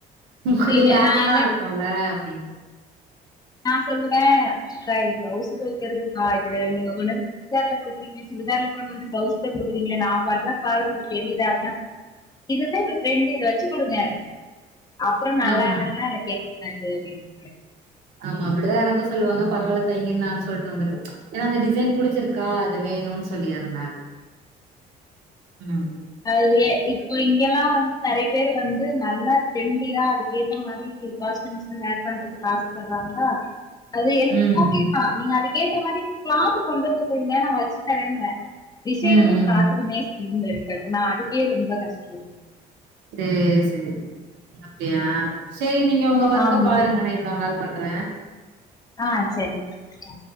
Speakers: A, on the right; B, on the left.
A: கொஞ்ச
B: இங்க
A: பேட்டனா
B: நான்
A: இருக்கும்ல அப்டின்னு
B: நா சொல்லுவ அக்கா இது ப்ளவுஸுக்கு வைக்கிறதுக்கா இது நீங்க கொண்டு வந்து சுதார்ல குடுக்குறீங்கனு சுடிதார்ல கொண்டு வந்து ப்ளவுஸ்ல குடுக்குறீங்களே நா ஃபர்பெக்ட்டு ஆளுனு உங்களுக்கு தெரியுதா அப்புன்னா இதுதா இப்ப ட்ரெண்டிங்கு வச்சு குடுங்க அப்பறோ நல்லா
A: ஆமா,
B: இல்லன்னா என கேக் கூடாது அப்டின் சொன்ன
A: ஆமா அப்படிதா எனக்கு சொல்வாங்க பரவால்ல தைங்க நானு சொல்ட்டு வந்துருவ ம்ச் ஏன்னா அந்த டிசைன் புடுச்சுருக்கா அது வேணுன் சொல்லி அதனால ம்,
B: அது எ இப் சோ இங்கெல்லா வந்து நறைய பேர் வந்து நல்லா ட்ரெண்டிங்கா அதுக்கு ஏத்த மாரி காஸ்ட்டியூம்ஸ் ஏர் பண்றதுக்கு ஆசப்படுறாங்களா அது எனக்கு
A: ம்.
B: ஓகேதா நீங்க அதுக்கேத்த மாரி கிளாத்து கொண்டு வந்து குடுங்க நா வச்சு தரங்வ டிசைனுக்கு
A: ம்,
B: கிளாத்துக்குமே
A: ம்.
B: சம்பந்தம் இருக் நா அதுக்கே ரொம்ப கஷ் கஷ்டப்படுவ
A: சேர் சேரி அப்படியா சேரி நீங்க உங்க ஒர்க்க
B: ஆமா
A: பாருங்க நா இன்னோர் நாள் பண்ற
B: ஆ செரி அஆ